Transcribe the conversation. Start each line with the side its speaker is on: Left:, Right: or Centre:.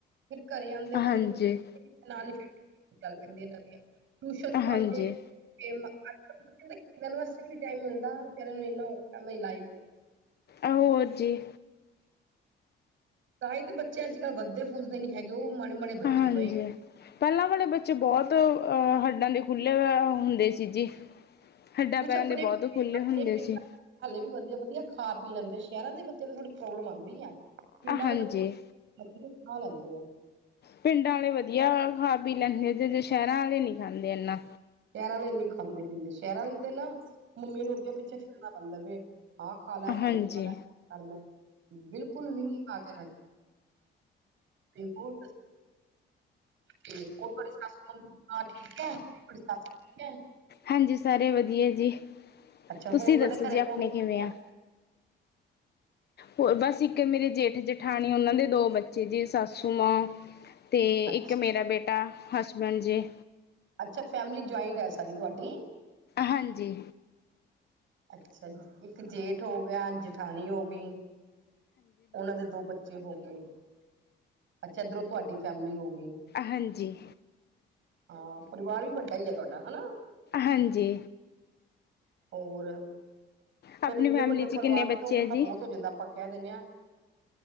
Right: ਫਿਰ ਘਰੇ ਆਉਂਦੇ
Left: ਹਾਂਜੀ।
Right: ਪਏ ਫਿਰ ਨਾਲ ਹੀ ਚੱਲ ਪੈਂਦੀਆਂ ਇਹਨਾ ਦੀਆਂ ਟਊਸ਼ਨ ਪੜਦੇ
Left: ਹਾਂਜੀ
Right: ਨੇ <unintelligible> ਖੇਲਨ ਵਾਸਤੇ ਵੀ ਨ ਟਾਈਮ ਮਿਲਦਾ ਕਹਿ ਨੂੰ ਇੰਨਾ ਔਖਾ ਮੇਰੀ ਲਾਈਫ ਚ
Left: ਆਹੋ ਜੀ
Right: ਤਾਂ ਹੀ ਤੇ ਬੱਚੇ ਅੱਜ ਕੱਲ੍ਹ ਵਧਦੇ ਫੁੱਲਦੇ ਨੀ ਹੈਗੇ ਉਹ ਮਾੜੇ ਮਾੜੇ ਬੱਚੇ
Left: ਹਾਂਜੀ।
Right: ਪਏ
Left: ਪਹਿਲਾਂ ਵਾਲੇ ਬੱਚੇ ਬਹੁਤ ਹੱਡਾਂ ਦੇ ਖੁਲੇ ਹੋਏ ਹੁੰਦੇ ਸੀ ਜੀ ਹੱਡਾਂ
Right: ਕੁਛ
Left: ਪੈਰਾਂ
Right: ਆਪਣੇ
Left: ਦੇ ਬਹੁਤ ਖੁੱਲ੍ਹੇ
Right: ਆਪਣੇ
Left: ਹੁੰਦੇ
Right: ਪਿੰਡਾਂ
Left: ਸੀ
Right: ਹਾਲੇ ਵੀ ਵਧੀਆ ਵਧੀਆ ਖਾ ਪੀ ਲੈਂਦੇ ਸ਼ਹਿਰਾਂ ਦੇ ਬੱਚਿਆਂ ਨੂੰ ਥੋੜੀ ਪ੍ਰੋਬਲਮ ਆਉਂਦੀ ਐ ਪਿੰਡਾ ਆਲੇ
Left: ਹਾਂਜੀ।
Right: ਬੱਚੇ ਬੱਚੇ ਹਲੇ ਵੀ ਕੁਛ ਖਾ ਲੈਂਦੇ ਆ
Left: ਪਿੰਡਾਂ ਵਾਲੇ ਵਧੀਆ ਖਾ ਪੀ ਲੈਂਦੇ ਆ ਜ ਜੇ ਸ਼ਹਿਰਾਂ ਵਾਲੇ ਨਹੀਂ ਖਾਂਦੇ ਇਨਾਂ
Right: ਸ਼ਹਿਰਾਂ ਵਾਲੇ ਖਾਂਦੇ ਪੀਂਦੇ ਸ਼ਹਿਰਾਂ ਤੇ ਨਾ ਮੰਮੀ ਨੂੰ ਅੱਗੇ ਪਿੱਛੇ ਫਿਰਨਾ ਪੈਂਦਾ ਵੇ ਆਹ ਖਾ ਲੈ ਉਹ
Left: ਹਾਂਜੀ
Right: ਖਾ ਲੈ ਉਹ ਕਰ ਲੈ ਬਿਲਕੁਲ ਵੀ ਨੀ ਖਾ ਕੇ ਰਾਜੀ ਤਿਲਕੁਟ ਤੇ ਔ ਤੁਹਾਡੀ ਸੱਸ ਮੰਮੀ ਠੀਕ ਹੈ ਤੁਹਾਡੀ ਸੱਸ ਠੀਕ ਆ
Left: ਹਾਂਜੀ ਸਾਰੇ ਵਧੀਆ ਜੀ।
Right: ਅੱਛਾ ਹੋਰ
Left: ਤੁਸੀਂ
Right: ਤੁਹਾਡੇ
Left: ਦੱਸੋ
Right: ਘਰੇ
Left: ਜੀ ਆਪਣੇ
Right: ਕੌਣ ਕੌਣ
Left: ਕਿਵੇਂ ਆ। ਹੋਰ ਬਸ ਇੱਕ ਮੇਰੇ ਜੇਠ ਜੇਠਾਣੀ ਉਹਨਾਂ ਦੇ ਦੋ ਬੱਚੇ ਜੇ ਸਾਸੁ ਮਾਂ। ਤੇ
Right: ਹੈਗਾ
Left: ਇੱਕ
Right: ਅੱਛਾ
Left: ਮੇਰਾ ਬੇਟਾ ਹਸਬੈਂਨ ਜੇ।
Right: ਅੱਛਾ ਫੈਮਿਲੀ ਜੁਆਇੰਢ ਹੈ ਸਾਡੀ ਤੁਹਾਡੀ।
Left: ਹਾਂਜੀ।
Right: ਅੱਛਾ ਜੀ ਇੱਕ ਜੇਠ ਹੋ ਗਿਆ। ਅਜ ਠਾਣੀ ਹੋ ਗਈ ਉਹਨਾਂ ਦੇ ਦੋ ਬੱਚੇ ਹੋ ਗਏ। ਅੱਛਾ ਇਧਰੋਂ ਤੁਹਾਡੀ ਫੈਮਿਲੀ ਹੋ ਗਈ।
Left: ਹਾਂਜੀ
Right: ਹਾਂ ਪਰਿਵਾਰ ਵੀ ਵੱਡਾਹੀ ਆ ਤੁਹਾਡਾ ਹਨਾ।
Left: ਹਾਂਜੀ।
Right: ਔਰ।
Left: ਆਪਣੀ
Right: ਫੇਰ ਇੰਨੇ
Left: ਫੈਮਿਲੀ 'ਚ
Right: ਪਰਿਵਾਰ
Left: ਕਿੰਨੇ ਬੱਚੇ
Right: ਦਾ ਤਾਂ ਔਖਾ
Left: ਹੈ ਜੀ
Right: ਬਹੁਤ ਹੋ ਜਾਂਦਾ ਆਪਾਂ ਕਹਿ ਦਿੰਨੇ ਹਾਂ।